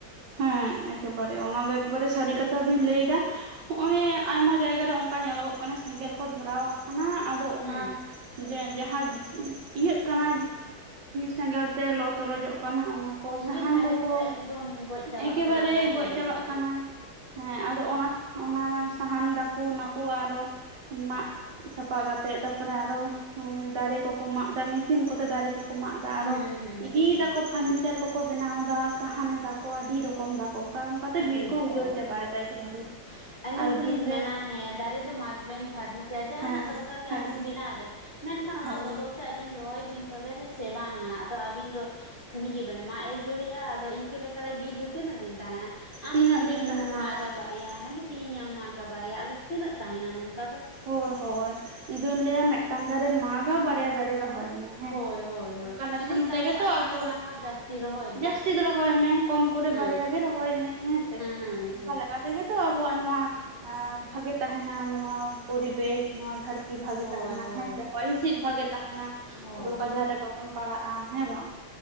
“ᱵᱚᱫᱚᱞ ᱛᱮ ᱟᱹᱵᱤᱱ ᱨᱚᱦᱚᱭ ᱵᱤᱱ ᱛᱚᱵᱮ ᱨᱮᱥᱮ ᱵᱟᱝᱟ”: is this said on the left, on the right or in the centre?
Left